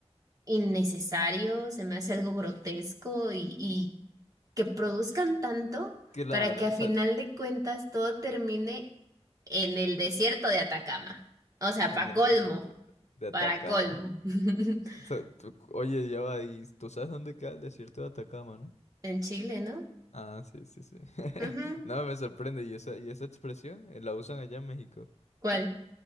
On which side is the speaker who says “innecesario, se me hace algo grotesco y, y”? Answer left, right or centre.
Right